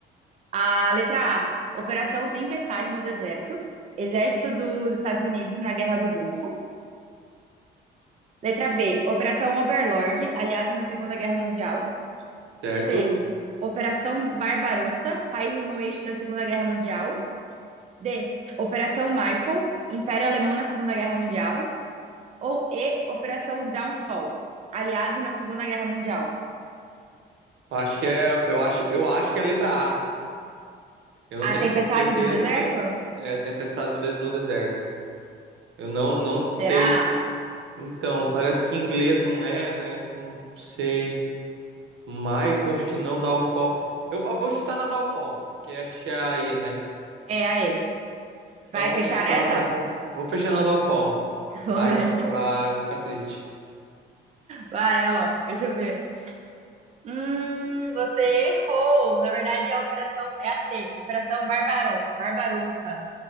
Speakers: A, on the right (about 35°); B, on the right (about 75°).
A: A letra A, Operação Tempestade no Deserto, Exército dos Estados Unidos na Guerra do Golfo. Letra B, Operação Overlord, aliados na Segunda Guerra Mundial.
B: certo?
A: C, Operação Barbarossa, países no eixo da Segunda Guerra Mundial. D, Operação Michael, Império Alemão na Segunda Guerra Mundial. ou E, Operação Downfall, aliados na Segunda Guerra Mundial.
B: Eu Acho que é, eu acho, eu acho que é a letra A. Eu
A: A
B: não tenho
A: Tempestade
B: certeza,
A: do Deserto?
B: mas é Tempestade do De- no Deserto. Eu não, não sei.
A: Será?
B: se- Então, parece que em inglês não é, né? Tipo, não sei. Michael, acho que não, Downfall. Eu eu vou chutar na Downfall, que é aí, né?
A: É, aí.
B: Então
A: Vai fechar
B: eu vou chutar
A: nessa?
B: na pressão. Vou fechar na Downfall.
A: <laughs> Vamos
B: Ai,
A: ver.
B: se for A, A, eu vou ficar triste.
A: Vai, ó. Deixa eu ver. Hum, você errou. Na verdade, a operação é a C, Operação Barbaro, Barbarossa,